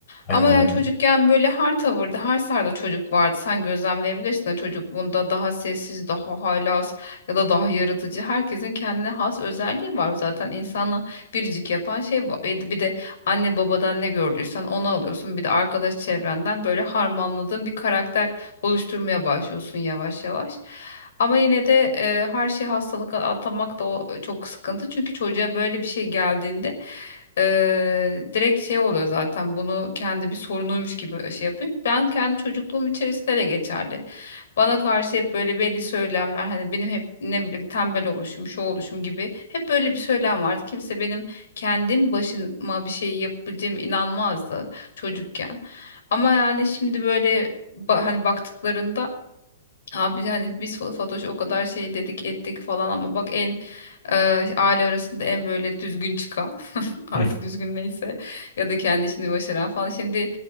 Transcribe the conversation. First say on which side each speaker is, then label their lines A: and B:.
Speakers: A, on the left (about 25°); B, on the left (about 70°).
A: aynen
B: Ama yani
A: öyle.
B: çocukken böyle her tavırda, her sarda çocuk vardı. Sen gözlemleyebilirsin de çocukluğunda daha sessiz, daha haylaz ya da daha yaratıcı. Herkesin kendine has özelliği var. Zaten insanı biricik yapan şey bu. Bir de bir de anne babadan ne gördüysen onu alıyorsun. Bir de arkadaş çevrenden böyle harmanladığın bir karakter oluşturmaya başlıyorsun yavaş yavaş. Ama yine de e, her şeyi hastalığa atamak da o çok sıkıntı. Çünkü çocuğa böyle bir şey geldiğinde e, direkt şey oluyor zaten bunu kendi bir sorunuymuş gibi şey yapıyor. Ben kendi çocukluğum içerisinde de geçerli. Bana karşı hep böyle belli söylemler hani benim hep ne bileyim tembel oluşum, şu oluşum gibi hep böyle bir söylem vardı. Kimse benim kendim başıma bir şey yapabileceğime inanmazdı çocukken. Ama yani şimdi böyle ba- hani baktıklarında abi yani biz Fo- Fatoş'a o kadar şey dedik ettik falan ama bak en e, aile arasında en böyle düzgün çıkan. <laughs> artık
A: Hı,
B: düzgün neyse ya da kendi işini başaran falan şimdi